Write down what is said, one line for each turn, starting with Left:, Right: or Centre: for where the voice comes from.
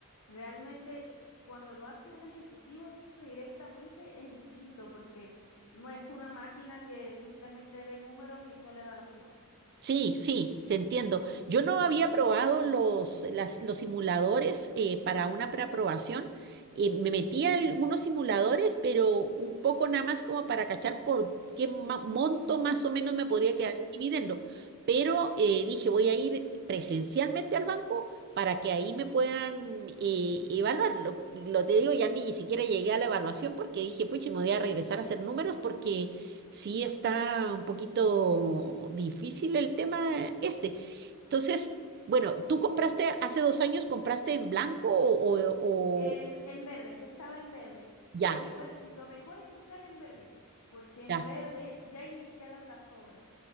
Left: Realmente cuando lo hace un ejecutivo directamente es distinto porque no es una máquina que simplemente ve números y no le da la suma.
Right: Sí, sí, te entiendo. Yo no había
Left: Mm.
Right: probado los, las- los simuladores eh, para una preaprobación. Eh, me metí a algunos simuladores, pero un poco nada más como para cachar por qué ma- monto más o menos me podría
Left: Mm.
Right: quedar el dividendo. Pero eh, dije, voy a ir presencialmente al banco para que ahí me puedan eh, evaluar. Lo, lo te digo, ya ni siquiera llegué a la evaluación porque dije, pucha, me voy a regresar a hacer números porque Sí, está un poquito difícil el tema este. Entonces, bueno, ¿tú compraste hace dos años, compraste en blanco o, o-
Left: En,
Right: o-
Left: en verde, ya estaba en verde,
Right: ya,
Left: que igual lo mejor es comprar en verde, porque en
Right: ya?
Left: verde ya iniciaron las obras.